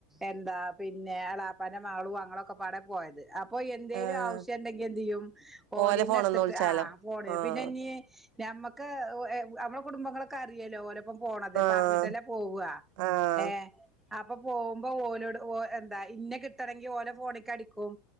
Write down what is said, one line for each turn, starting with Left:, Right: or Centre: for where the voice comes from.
Centre: എന്താ പിന്നെ എളാപ്പാന്റെ മാളും ഞങ്ങളൊക്കെ പാടെ പോയത് അപ്പൊ എന്തേലും
Right: ആഹ്
Centre: ആവശ്യ ഉണ്ടെങ്കി എന്ത് ചെയ്യും ഒരിന്നു
Right: ഓലെ ഫോണ്ന്ന്
Centre: എടുത്തിട്ട്
Right: വിളിച്ചാലോ
Centre: ആ ഫോണ്
Right: ആഹ്
Centre: പിന്നെ ഇ ഞമ്മുക്ക് നമ്മളെ കുടുംബങ്ങളൊക്കെ അറിയല്ലോ ഓല പോണത്
Right: ആഹ്
Centre: പറഞ്ഞിട്ടല്ലേ പോവുവാ
Right: ആഹ്
Centre: ഏ അപ്പൊ പോകുമ്പോ ഓലോട് ഓ എന്താ ഇന്നെ കിട്ടണെങ്കിൽ ഓരോ ഫോണിക്ക് അടിക്കും